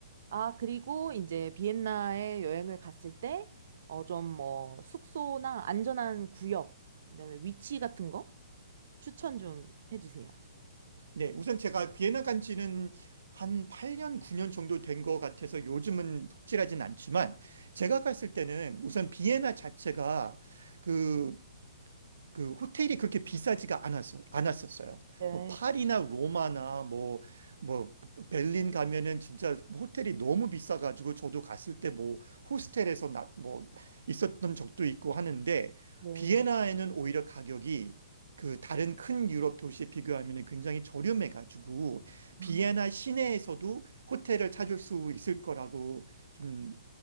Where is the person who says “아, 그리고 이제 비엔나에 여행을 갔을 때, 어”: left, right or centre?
Right